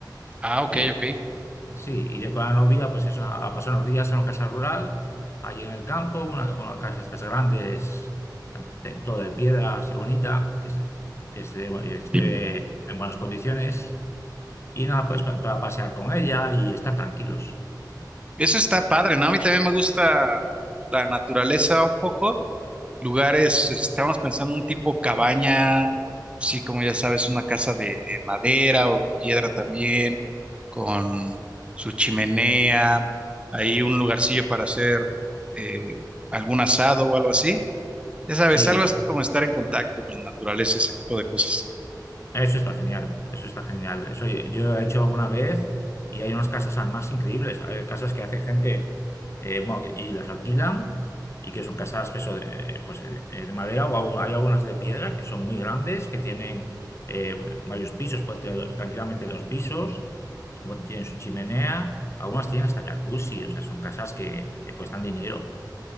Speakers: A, on the right; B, on the left.
A: Ah, ok,
B: Iré-
A: ok.
B: sí, iré con la novia, pues es una- a pasar unos días a una casa rural, allí en el campo, una, una casa de estas grandes. de- todo de piedra así bonita, que esté, que esté, esté
A: Bien.
B: en buenas condiciones. Y nada, pues pa- para pasear con ella y estar tranquilos.
A: Eso está padre, ¿no? A mí también me gusta la naturaleza un poco. lugares, estábamos pensando un tipo cabaña, sí, como ya sabes, una casa de madera o de piedra también, con su chimenea, ahí un lugarcillo para hacer eh, algún asado o algo así. Ya sabes,
B: Sí,
A: algo así como estar en contacto con la naturaleza, ese tipo de cosas.
B: Eso está genial, eso está genial. Eso yo, yo he hecho alguna vez y hay unas casas además increíbles. Hay casas que hace gente eh, bueno, que- y las alquilan y que son casas pues, eso, de, eh, pues, eh, eh, de madera o algo- hay algunas de piedra que son muy grandes, que tienen eh, varios pisos, puede tener tranquilamente dos pisos, y, bueno, tienen su chimenea, algunas tienen hasta jacuzzi, o sea, son casas que, que cuestan dinero.